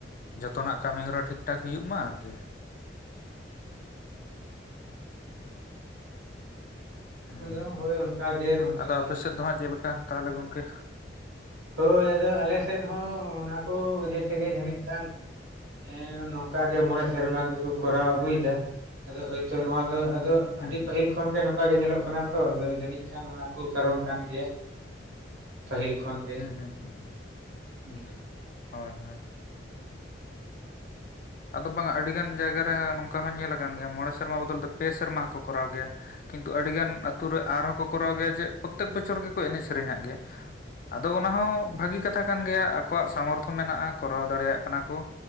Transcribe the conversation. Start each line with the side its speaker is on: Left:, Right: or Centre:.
Left: ᱡᱷᱚᱛᱚᱱᱟᱜ ᱠᱟᱹᱢᱤ ᱦᱚᱨᱟ ᱴᱷᱤᱠ ᱴᱷᱟᱠ ᱦᱩᱭᱩᱜ ᱢᱟ ᱟᱨᱠᱤ᱾ ᱦᱮᱸ,
Right: ᱟᱫᱚ ᱦᱳᱭ ᱚᱱᱠᱟ ᱜᱮ ᱱᱚᱱᱛᱮ
Left: ᱟᱫᱚ
Right: ᱦᱚᱸ
Left: ᱟᱯᱮ
Right: ᱡᱟᱹᱱᱤᱡ
Left: ᱥᱮᱫ
Right: ᱠᱷᱟᱱ
Left: ᱫᱚ ᱦᱟᱸᱜ ᱪᱮᱫ ᱞᱮᱠᱟ ᱛᱟᱦᱚᱞᱮ ᱜᱚᱝᱠᱮ?
Right: ᱦᱳᱭ ᱟᱫᱚ ᱟᱞᱮ ᱥᱮᱫ ᱦᱚᱸ ᱚᱱᱟ ᱠᱚ ᱚᱡᱮ ᱛᱮᱜᱮ ᱡᱟᱹᱱᱤᱡ ᱠᱷᱟᱱ ᱾ ᱦᱮᱸ ᱱᱚᱝᱠᱟ ᱜᱮ ᱢᱚᱬᱮ ᱥᱮᱨᱢᱟ ᱜᱮᱠᱚ ᱠᱚᱨᱟᱣ ᱟᱹᱜᱩᱭᱮᱫᱟ ᱾ ᱟᱫᱚ ᱦᱳᱭᱛᱚ ᱱᱚᱣᱟ ᱫᱚ ᱟᱫᱚ
Left: ᱦᱩᱸ
Right: ᱟᱹᱰᱤ ᱯᱟᱹᱦᱤᱞ ᱠᱷᱚᱱ ᱾ ᱠᱷᱚᱱ ᱜᱮ ᱱᱚᱝᱠᱟ ᱜᱮ ᱧᱮᱞᱚᱜ ᱠᱟᱱᱟ ᱛᱚ, ᱡᱟᱹᱱᱤᱡ ᱠᱷᱟᱱ ᱚᱱᱟ ᱠᱚ ᱠᱟᱨᱚᱱ ᱠᱟᱱ ᱜᱮᱭᱟ ᱾ ᱯᱟᱹᱦᱤᱞ ᱠᱷᱚᱱ ᱠᱷᱚᱱ ᱜᱮ,
Left: ᱦᱩᱸ ᱦᱩᱸ ᱦᱩᱸ ᱦᱩᱸ
Right: ᱦᱮᱸ᱾
Left: ᱦᱳᱭ ᱦᱳᱭ ᱾ ᱟᱫᱚ ᱵᱟᱝᱼᱟ, ᱟᱹᱰᱤ ᱜᱟᱱ ᱡᱟᱭᱜᱟ ᱨᱮ ᱱᱚᱝᱠᱟ ᱦᱚᱸ ᱧᱮᱞ ᱟᱠᱟᱱ ᱜᱮᱭᱟ ᱢᱚᱬᱮ ᱥᱮᱨᱢᱟ ᱵᱚᱫᱚᱞ ᱛᱮ ᱯᱮ ᱥᱮᱨᱢᱟ ᱦᱚᱸᱠᱚ ᱠᱚᱨᱟᱣ ᱜᱮᱭᱟ᱾ ᱠᱤᱱᱛᱩ ᱟᱹᱰᱤ ᱜᱟᱱ ᱟᱹᱛᱩ ᱨᱮ ᱟᱨᱦᱚᱸ ᱠᱚ ᱠᱚᱨᱟᱣ ᱜᱮᱭᱟ, ᱡᱮ ᱯᱨᱚᱛᱮᱠ ᱵᱚᱪᱷᱚᱨ ᱜᱮᱠᱚ ᱮᱱᱮᱡ ᱥᱮᱨᱮᱧᱟᱜ ᱜᱮᱭᱟ᱾ ᱟᱫᱚ ᱚᱱᱟ ᱦᱚᱸ ᱵᱷᱟᱹᱜᱤ ᱠᱟᱛᱷᱟ ᱠᱟᱱ ᱜᱮᱭᱟ᱾ ᱟᱠᱚᱣᱟᱜ ᱥᱟᱢᱚᱨᱛᱷᱚ ᱢᱮᱱᱟᱜᱼᱟ, ᱠᱚᱨᱟᱣ ᱫᱟᱲᱮᱭᱟᱜ ᱠᱟᱱᱟ ᱠᱚ᱾